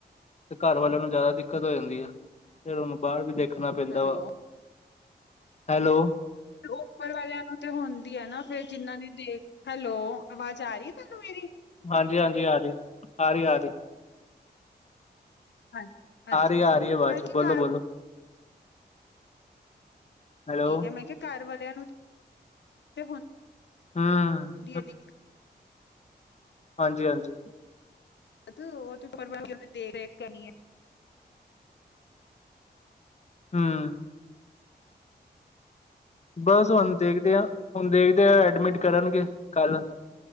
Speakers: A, on the left; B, on the left.
A: ਤੇ ਘਰ ਵਾਲਿਆਂ ਨੂੰ ਜ਼ਿਆਦਾ ਦਿੱਕਤ ਹੋ ਜਾਂਦੀ ਐ ਫਿਰ ਉਹਨੂੰ ਬਾਹਰ ਵੀ ਦੇਖਣਾ ਪੈਂਦਾ
B: ਹੈਲੋ
A: ਵਾ। ਹੈਲੋ।
B: ਉਪਰ ਵਾਲਿਆਂ ਨੂੰ ਤੇ ਹੁੰਦੀ ਐ ਨਾ ਫੇਰ ਜਿਹਨਾਂ ਨੇ ਦੇਖ ਹੈਲੋ। ਆਵਾਜ਼ ਆ ਰਹੀ ਤੁਹਾਨੂੰ ਮੇਰੀ
A: ਹਾਂਜੀ-ਹਾਂਜੀ-ਹਾਂਜੀ। ਆ ਰਹੀ ਹ, ਰਹੀ ਹ ਰਹੀ।
B: ਅੱ-ਅੱਛਾ-ਅੱਛਾ।
A: ਆ ਰਹੀ ਆ ਰਹੀ ਹੈ ਆਵਾਜ਼
B: ਮੈਂ ਕੇਆ
A: ਬੋਲੋ ਬੋਲੋ ਹੈਲੋ
B: ਠੀਕ ਐ। ਮੈਂ ਕਿਹਾ ਘਰ ਵਾਲਿਆਂ ਨੂੰ ਤੇ ਹੁੰਦੀ
A: ਹਮ
B: ਐ ਦਿਕਤ।
A: ਹਾਂਜੀ-ਹਾਂਜੀ।
B: ਤੇ <unintelligible>
A: ਹਾਂ। ਬਸ ਹੁਣ ਦੇਖਦੇ ਆ। ਹੁਣ ਦੇਖਦੇ ਆ, ਐਡਮਿਟ ਕਰਨਗੇ ਕੱਲ।